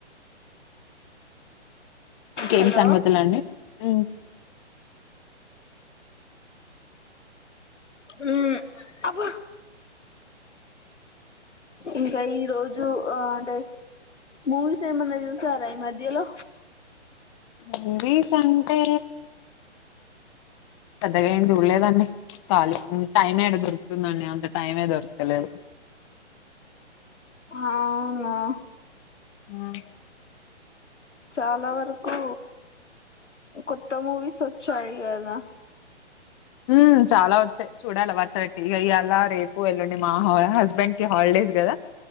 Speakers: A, on the left; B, on the left.
A: ఇంకేం
B: హలో
A: సంగతులండి ఉమ్
B: మ్మ్ అబ్బ ఇంకా ఈ రోజు ఆ అంటే మూవీస్ ఏమన్నా చూసారా ఈ మాధ్యలో
A: మూవీస్ అంటే పెద్దగా ఏం చూడలేదండి ఖాలీ టైం ఏడ దొరుకుతుందండి అంత టైమే దొరుక్తలేదు
B: హ‌ అవునా
A: ఉమ్
B: చాలా వరకు కొత్త మూవీస్ వచ్చాయి కదా
A: ఉమ్ చాలా వచ్చాయి చూడాల వరస పెట్టి ఇక ఇయ్యాల రేపు పు ఎల్లుండి మా హా హస్బెండ్ కి హాలిడేస్ కదా